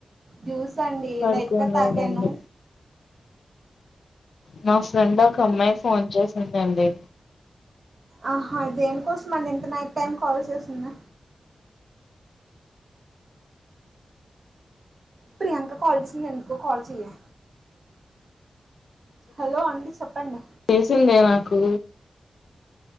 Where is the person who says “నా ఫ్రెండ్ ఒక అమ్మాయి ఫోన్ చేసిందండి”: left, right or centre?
Left